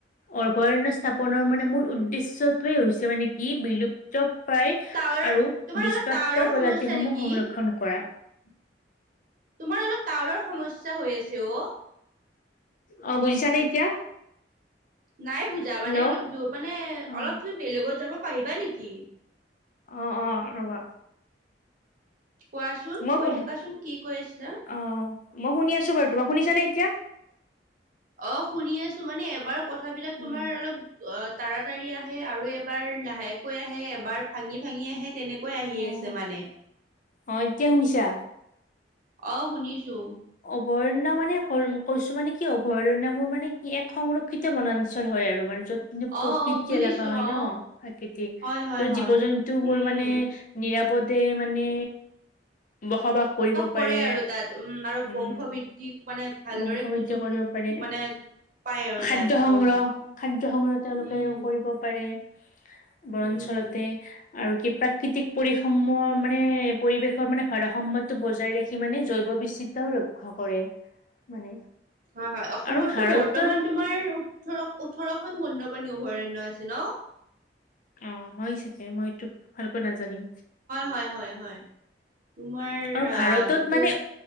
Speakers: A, on the left (about 45°); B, on the right (about 50°).
A: অভয়ণ্য স্থাপনৰ মানে মূ উদ্দেশ্যটোয়ে হৈছে মানে কি বিলুপ। উপায়
B: টাৱাৰৰ
A: আৰু
B: তোমাৰ
A: দুষ্প্ৰাপ্য
B: অলপ টাৱাৰৰ
A: প্ৰজাতিসমূহ
B: সমস্যা নেকি
A: সংৰক্ষণ কৰা। উম!
B: তোমাৰ অলপ টাৱাৰৰ সমশ্যা হৈ আছে অ।
A: অ বুজিছা নাই এতিয়া?
B: নাই বুজা মানে
A: হেল্ল'
B: অলপ মানে
A: অ'
B: অলপ তুমি বেলেগত যাব পাৰিবা নেকি?
A: অ অ ৰবা
B: কোৱাচোন
A: মই
B: কৈ থাকাচোন কি কৈ আছিলা
A: অ মই শুনি আছো বাৰু তোমাক শুনিছানে এতিয়া?
B: অ শুনি আছো মানে এবাৰ কথাবিলাক তোমাৰ
A: উম,
B: অলপ অ! তাৰাতাৰি আহে আৰু এবাৰ লাহেকৈ আহে এবাৰ ভাঙি ভাঙি আহে তেনেকুৱা কৈ আহি
A: অ'
B: আছে মানে।
A: অ' এতিয়া শুনিছা?
B: অ শুনিছো।
A: অভৰন্য মানে কৈছো মানে কি অভৰণা মোৰ মানে কি এক সংৰক্ষিত বনাঞ্চল হয়। আৰু মানে য'ত কিন্তু
B: অ
A: প্ৰকৃতি
B: অ বুজিছো
A: এলেকা হয়
B: অ
A: ন প্ৰাকৃতিক
B: হয় হয়
A: ত'ত
B: হয়
A: জীৱ জন্তু মোৰ
B: উম
A: মানে নিৰাপ পদে মানে বসবাস কৰিব
B: কৰে
A: পাৰে।
B: আৰু তাত উম আৰু
A: উম
B: বংশবৃদ্ধি মানে ভালদৰে
A: বংশ
B: সুযোগ
A: বদ্ধ কৰিব পাৰে।
B: মানে পায় আৰু
A: খাদ্য
B: তাত
A: সংগ্ৰহ
B: অ
A: খাদ্য সংগ্ৰহ তেওঁলোকে
B: উম
A: কৰিব পাৰে। বনাঞ্চলতে।
B: উম
A: আৰু কি প্ৰাকৃতিক পৰীসমূহৰ মানে পৰিৱেশৰ মানে ভাৰসাম্যটো বজাই ৰাখি মানে জৈৱ বিচিত্ৰাও ৰক্ষা কৰে মানে।
B: হয় হয় অসমতটো
A: আৰু ভাৰতত
B: বৰ্তমান তোমাৰ ওঠৰ ওঠৰ খন বন্যপাণী অভৰাণ্য আছে ন?
A: অ হয় চাগে মই এইটো ভালকৈ নাজানিম।
B: হয় হয় হয়। তোমাৰ
A: আৰু ভাৰতত
B: যিটো
A: মানে